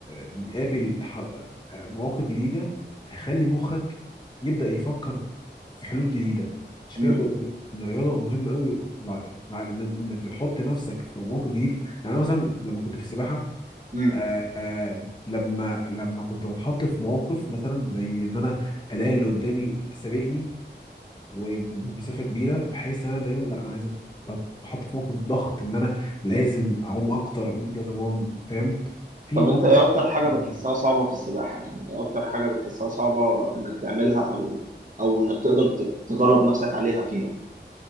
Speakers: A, on the left; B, on the right.
A: بيقابل حر- مواقف جديدة فيخلي مخك يبدأ يفكر في حلول جديدة عشان
B: امم
A: كده ب- ب- الرياضة مهمة قوي للعقل ان انك بتحط نفسك في مواقف جديدة يعني انا مثلا لما كنت في السباحة
B: امم
A: آه آه لما لما كنت بتحط في مواقف مثلا زي ان انا الاقي اللي قدامي سابقني وبمسافه كبيره بحيث ان انا دايما لا انا عايز أت- بتحط في موقف ضغط ان انا لازم اعوم اكتر لازم اعوم فاهم في
B: طب
A: مواقف
B: انت ايه اكتر حاجه
A: جداً.
B: بتحسها صعبه في السباحه يعني ايه اكتر حاجه بتحسها صعبه انك تعملها او او انك تقدر تت- تدرب نفسك عليها فيها